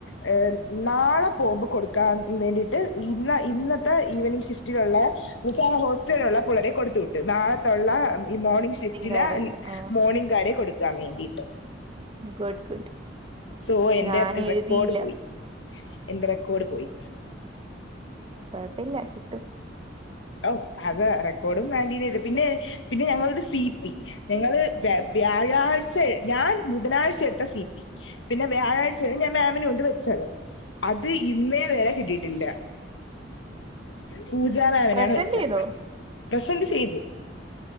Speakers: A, on the left; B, on the right.
A: ഹെ നാളെ പോകുമ്പോ കൊടുക്കാൻ വേണ്ടിയിട്ട് ഇന്ന ഇന്നത്തെ ഈവനിങ് ഷിഫ്റ്റിലുള്ള എന്ന് വെച്ച ഹോസ്റ്റലുള്ള പുള്ളരെ കൊടുത്തു വിട്ടു നാളെ ഇവിടുള്ള ഈ മോർണിംഗ് ഷിഫ്റ്റില്
B: കാര്യല്ല ആഹ്
A: മോർണിംങ് കാരെ കൊടുക്കാൻ വേണ്ടിയിട്ട്
B: ഗുഡ് ഗുഡ്
A: സോ എന്റെ
B: ഞാൻ എഴുതിയില്ല
A: റെക്കോർഡ് പോയി എന്റെ റെക്കോർഡ് പോയി
B: കുഴപ്പല്ല കിട്ടും
A: അഹു അത് റെക്കോർഡും <unintelligible> പിന്നെ പിന്നെ ഞങ്ങളരു സി പി ഞങ്ങള് വ വ്യാഴാഴ്ച ഞാൻ ബുധനാഴ്ച എടുത്ത സി പി പിന്നെ വ്യാഴാഴ്ചയാണ് ഞൻ മാമിനെ കൊണ്ട് വെച്ചത് അത് ഇന്നേ വരെ കിട്ടിയിട്ടില്ല പൂജ
B: പ്രസന്റ്
A: ഇപ്പോഴാണ് വെച്ച
B: ചെയ്തോ
A: പ്രെസന്റ് ചെയ്തു